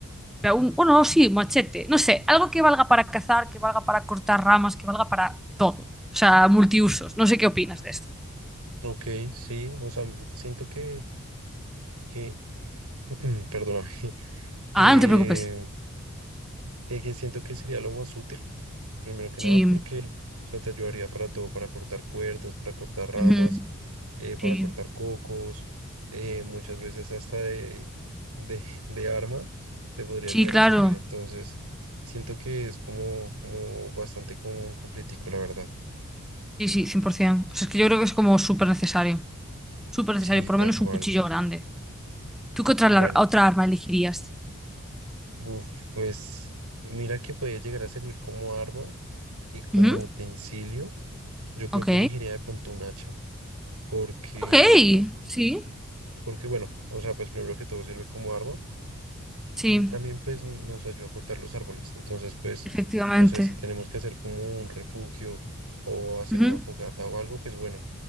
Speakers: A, in the centre; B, on the right (about 85°).
A: Pero un- bueno, sí, machete, no sé, algo que valga para cazar, que valga para cortar ramas, que valga para todo. O sea, multiusos. No sé qué opinas de esto.
B: Ok, sí. O sea, siento que, que, <clears throat> perdóname, <laughs> que,
A: Ah, no te preocupes.
B: que, que siento que sería lo más útil. Primero que
A: Sí,
B: nada, porque, o sea, te ayudaría para todo, para cortar cuerdas, para cortar ramas
A: ujú,
B: eh, para
A: Sí,
B: cortar cocos, eh, muchas veces hasta de, de, <laughs> de arma te podría
A: sí,
B: llegar
A: claro.
B: a servir. Entonces, siento que es como, como bastante común completico, la verdad.
A: Sí, sí, 100%. O sea, es que yo creo que es como súper necesario. Súper necesario,
B: Sí,
A: por
B: tal
A: lo menos
B: cual.
A: un cuchillo grande. ¿Tú qué otra,
B: Bueno,
A: lar- otra arma elegirías?
B: uf, pues mira que puede llegar a servir como arma y como
A: Ujú,
B: utensilio. Yo creo
A: Ok.
B: que elegiría de pronto un hacha, porque,
A: Ok, sí,
B: porque bueno, o sea, pues primero que todo sirve como arma
A: sí,
B: y también pues nos ayuda a cortar los árboles. Entonces pues
A: efectivamente.
B: no sé si tenemos que hacer como un refugio o hacer
A: Ujú,
B: una fogata o algo, pues bueno,